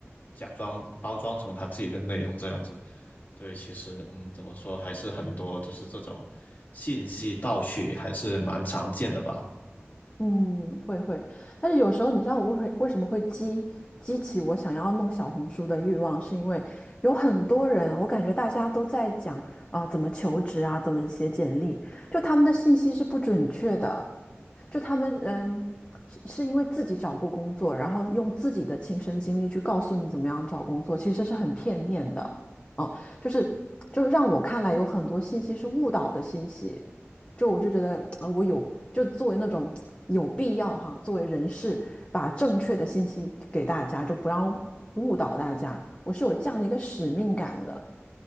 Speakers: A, on the left; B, on the left.
A: 假装包装成他自己的内容这样子。对，其实嗯，怎么说还是很多，就是这种信息盗取还是蛮常见的吧。
B: 嗯，会会，但是有时候你知道我会为什么会激激起我想要弄小红书的欲望，是因为有很多人，我感觉大家都在讲啊、怎么求职啊，怎么写简历，就他们的信息是不准确的，就他们嗯，是是因为自己找过工作，然后用自己的亲身经历去告诉你怎么样找工作，其实是很片面的，啊，就是就是让我看来有很多信息是误导的信息，就我就觉得啊、呃我有就作为那种有必要哈，作为人士把正确的信息给大家，就不要误导大家，我是有这样的一个使命感的，